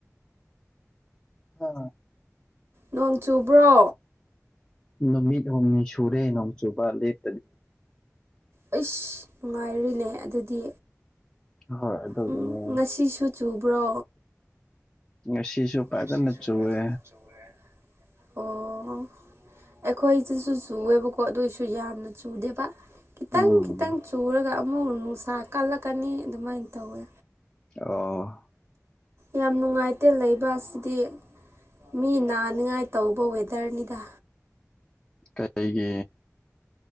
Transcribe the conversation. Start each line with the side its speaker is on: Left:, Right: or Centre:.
Left: ꯍꯥ
Right: ꯅꯣꯡ ꯆꯨꯕ꯭ꯔꯣ
Left: ꯅꯨꯃꯤꯠ ꯍꯨꯝꯅꯤ ꯁꯨꯔꯦ ꯅꯣꯡ ꯆꯨꯕ ꯂꯦꯞ
Right: ꯑꯩꯁ ꯅꯨꯡꯉꯥꯏꯔꯤꯅꯦ ꯑꯗꯨꯗꯤ
Left: ꯍꯣꯏ ꯑꯗꯨꯒꯤꯅꯦ
Right: ꯎꯝ ꯉꯁꯤꯁꯨ ꯆꯨꯕ꯭ꯔꯣ
Left: ꯉꯁꯤꯁꯨ ꯐꯖꯅ
Right: ꯉꯁꯤꯁꯨ
Left: ꯆꯨꯋꯦ
Right: ꯐꯖꯅꯥ ꯆꯨꯈ꯭ꯔꯦ ꯑꯣ ꯑꯩꯈꯣꯏꯁꯤꯗꯥꯁꯨ ꯆꯨꯑꯦꯕꯀꯣ ꯑꯗꯣꯏꯁꯨ ꯌꯥꯝꯅ ꯆꯨꯗꯦꯕ ꯈꯤꯇꯪ
Left: ꯎꯝ
Right: ꯈꯤꯇꯪ ꯆꯨꯔꯒ ꯑꯃꯨꯛ ꯅꯨꯡꯁꯥ ꯀꯜꯂꯛꯀꯅꯤ ꯑꯗꯨꯃꯥꯏꯟ ꯇꯧꯋꯦ
Left: ꯑꯣ
Right: ꯌꯥꯝ ꯅꯨꯡꯉꯥꯏꯇꯦ ꯂꯩꯕ ꯁꯤꯗꯤ ꯃꯤ ꯅꯥꯅꯤꯡꯉꯥꯏ ꯇꯧꯕ ꯋꯦꯗꯔꯅꯤꯗ
Left: ꯀꯩꯒꯤ